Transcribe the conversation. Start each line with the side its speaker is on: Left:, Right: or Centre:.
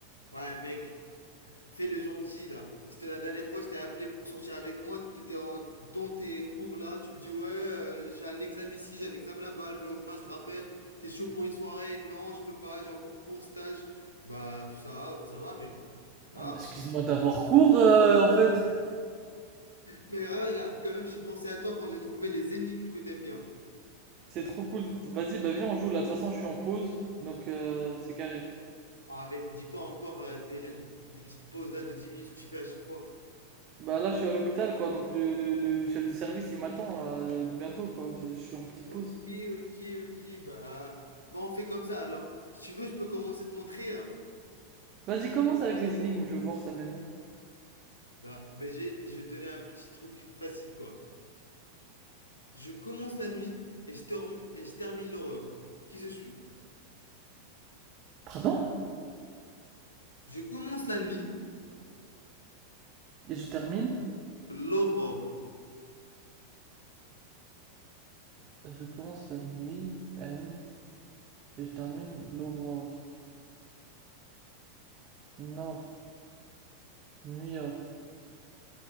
Left: Ouais, mec, fais le gentil là. C'était la dernière fois, je t'ai appelé pour sortir avec moi. T'étais en, dans tes cours là. Tu me dis, ouais, euh, j'ai un examen ici, j'ai un examen là-bas. Le lendemain, je te rappelle. T'es chaud pour une soirée? Non, je peux pas, j'ai encore cours, stage. Bah, ça va, ça va, mec. Ça
Right: Ah
Left: va.
Right: bah, excuse-moi d'avoir cours, euh, en fait.
Left: Mais regarde, quand même, j'ai pensé à toi quand j'ai trouvé les énigmes que t'aimes bien.
Right: C'est trop cool. Vas-y, bah viens, on joue là. De toute façon, je suis en pause, donc euh, c'est carré.
Left: Ah mec, me dis pas encore, euh, Thaïlande, des petites pauses là de 10 minutes que tu fais à chaque fois.
Right: Bah là, je suis à l'hôpital, quoi, donc le, le- le chef de service, il m'attend là, euh, bientôt, quoi. Je, je suis en petite
Left: Ok,
Right: pause.
Left: ok, ok, bah, bah on fait comme ça alors. Si tu veux, je peux commencer à te montrer, hein.
Right: Vas-y, commence avec les énigmes, je vais voir ça mène où.
Left: Bah, BG, je vais te donner un petit truc facile quoi. Je commence la nuit et je, term- et je termine l'aurore. Qui je suis?
Right: Pardon?
Left: Je commence la nuit,
Right: Et je termine?
Left: l'aurore.
Right: Je commence la nuit, N, et je termine l'aurore. Nord, Nuit-Or.